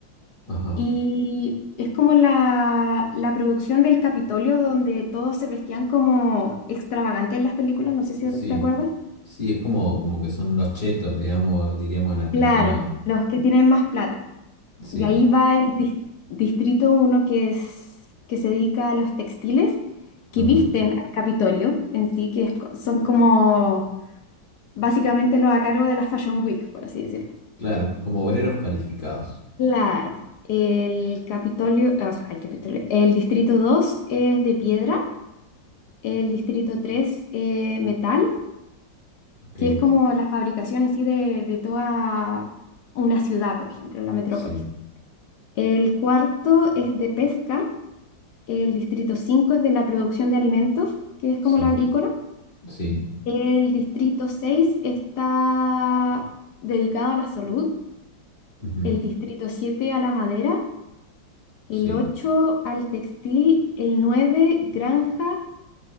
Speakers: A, on the left (about 30°); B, on the left (about 60°).
A: ajá,
B: y es como la, la producción del Capitolio donde todos se vestían como extravagantes en las películas, no sé si
A: sí.
B: te acuerdas.
A: Sí, es como, como que son los chetos, digamos, diríamos en argentino.
B: Claro, los que tienen más plata.
A: Sí.
B: Y ahí va el dis- distrito uno que es, que se dedica a los textiles que
A: Ajá,
B: visten al Capitolio en sí, que es co- son como básicamente los a cargo de la Fashion Week, por así decirlo.
A: claro, como obreros calificados.
B: Claro, el Capitolio, o sea, el Capitolio, el distrito 2 es de piedra, el distrito tres eh, metal,
A: Ok,
B: que es como la fabricación en sí de, de toda una ciudad, por ejemplo, la metrópolis.
A: sí,
B: El cuarto es de pesca El distrito 5 es de la producción de alimentos, que es como
A: sí,
B: lo agrícola.
A: sí,
B: El distrito 6 está dedicado a la salud.
A: ujú,
B: El distrito 7 a la madera. El
A: sí,
B: 8 al textil. El 9 granja,